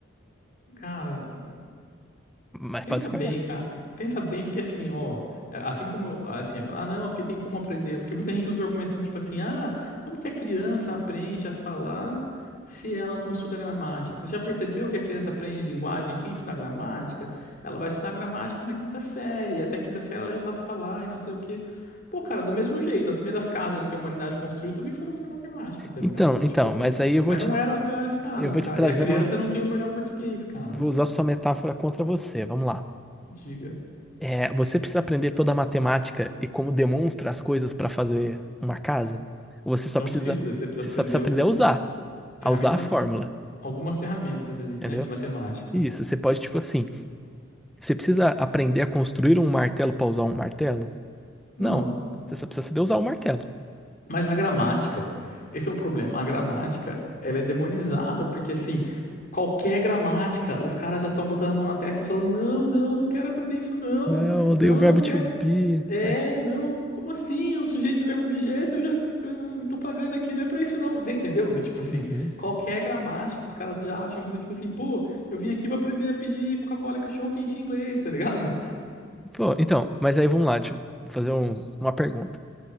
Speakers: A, on the left (about 45°); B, in the centre.
A: Cara,
B: Mas
A: Pensa
B: pode discordar.
A: bem, cara. Pensa bem, porque assim, ó, é, assim como eu, assim, ó, ah, não, porque tem como aprender, porque muita gente usa o argumento do tipo assim, ah, como que a criança aprende a falar se ela não estuda gramática? Você já percebeu que a criança aprende linguagem sem estudar gramática? Ela vai estudar gramática na quinta série, e até a quinta série ela já sabe falar e não sei o quê. Pô, cara, do mesmo jeito, as primeiras casas que a humanidade construiu também foram sem matemática, tá
B: Então,
A: ligado?
B: então,
A: Tipo assim,
B: mas aí eu vou
A: mas
B: te,
A: não eram as melhores casas,
B: eu vou
A: cara.
B: te trazer
A: E a criança
B: uma.
A: não tem o melhor português, cara.
B: Vou usar sua metáfora contra você. Vamos lá.
A: Diga.
B: É, você precisa aprender toda a matemática e como demonstra as coisas para fazer uma casa. Você só
A: Não
B: precisa,
A: precisa, você precisa
B: você
A: aprender
B: só precisa aprender
A: o...
B: a usar,
A: ferramentas,
B: a usar a fórmula,
A: algumas ferramentas ali,
B: entendeu?
A: né, de matemática.
B: Isso, você pode, tipo assim, você precisa aprender a construir um martelo para usar um martelo?
A: Não,
B: Não, você só precisa saber usar um martelo.
A: Mas a gramática, esse é o problema. A gramática, ela é demonizada, porque assim, qualquer gramática, os caras já estão botando a mão na testa e falando: não, não, não quero aprender isso, não.
B: Não, odeio
A: Não,
B: o verbo
A: eu não quero.
B: to be.
A: É,
B: Sai. f-
A: não, como assim? O sujeito, verbo, objeto, eu já eu tô pagando aqui, não é pra isso, não. Você entendeu? Do tipo assim,
B: Uhum.
A: qualquer gramática, os caras já acham que do tipo assim, pô, eu vim aqui pra aprender a pedir Coca-Cola e cachorro-quente em inglês, tá ligado?
B: Pô, então, mas aí vamos lá, deixa eu fazer um- uma pergunta.